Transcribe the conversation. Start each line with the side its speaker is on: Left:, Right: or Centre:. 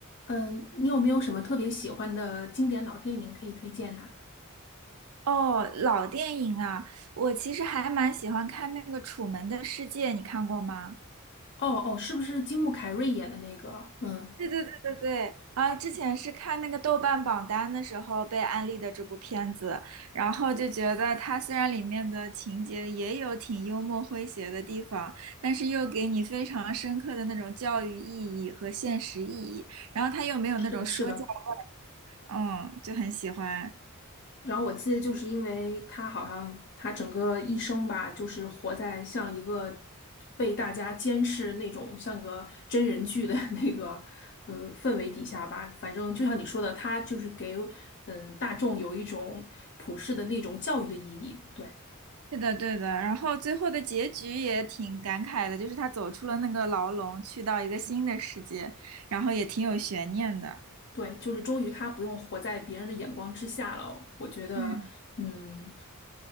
Left: 嗯，你有没有什么特别喜欢的经典老电影可以推荐呐？
Right: 哦，老电影啊，我其实还蛮喜欢看那个《楚门的世界》，你看过吗？
Left: 哦哦，是不是金木凯瑞演的那个？嗯，
Right: 对对对对对，啊，之前是看那个豆瓣榜单的时候被安利的这部片子，然后就觉得它虽然里面的情节也有挺幽默诙谐的地方，但是又给你非常深刻的那种教育意义和现实意义，然后它又没有那种说教，
Left: 是的，是的。
Right: 嗯，就很喜欢。
Left: 然后我记得，就是因为他好像他整个一生吧，就是活在像一个被大家监视那种像个真人剧的 <laughs> 那个呃氛围底下吧。反正就像你说的，他就是给嗯、呃大众有一种普世的那种教育的意义。对。
Right: 是的，对的。然后最后的结局也挺感慨的，就是他走出了那个牢笼，去到一个新的世界，然后也挺有悬念的。
Left: 对，就是终于他不用活在别人的眼光之下了。我觉得，
Right: 嗯
Left: 嗯